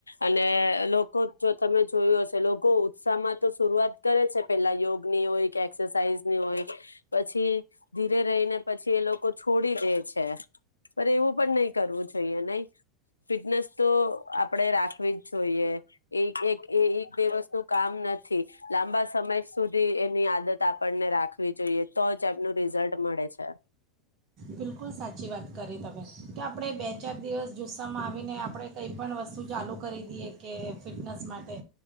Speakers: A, on the left; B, on the right.
A: અને લોકો જો તમે જોયું હશે લોકો ઉત્સાહમાં તો શરૂઆત કરે છે પેલા યોગ ની હોય કે એક્સરસાઇઝની હોય પછી ધીરે રહીને પછી એ લોકો છોડી દે છે. પણ એવું પણ નહી કરવું જોઈએ નહી ફિટનેસ તો આપણેે રાખવી જ જોઈએ એક એક દિવસનું કામ નથી લાંબા સમય સુધી એની આદત આપણને રાખવી જોઈએ તો જ એમનું રિઝલ્ટ મળે છે.
B: બિલકુલ સાચી વાત કરી તમે કે આપણે બે ચાર દિવસ જુસ્સામાં આવીને આપણે કંઈ પણ વસ્તુ ચાલુ કરી દઈએ કે ફિટનેસ માટે